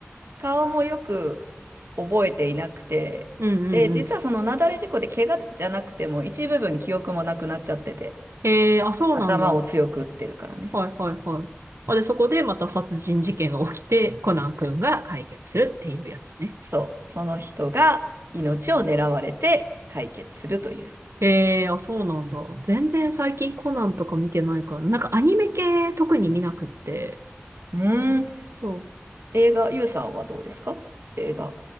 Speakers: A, on the right; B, on the right.
A: 顔もよく覚えていなくて、
B: うんうん。
A: で、実はその雪崩事故で怪我じゃなくても一部分記憶もなくなっちゃってて、
B: へえ、あ、そうなんだ。
A: 頭を強く打ってるからね。
B: はいはいはい。あ、で、そこでまた殺人事件が起きて、コナン君が解決するっていうやつね。
A: そう。その人が命を狙われて解決するという。
B: ええあ、そうなんだ。全然最近コナンとか見てないからな。なんかアニメ系特に見なくって。
A: うーん。
B: そう。
A: 映画、ゆうさんはどうですか映画。